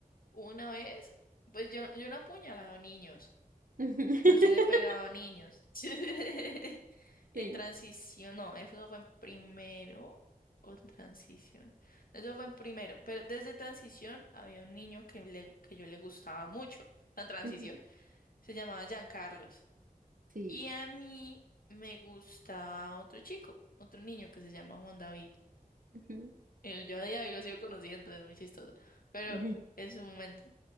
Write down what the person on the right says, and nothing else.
Ujú. <laughs>
Sí,
ujú,
sí.
ujú.
<laughs>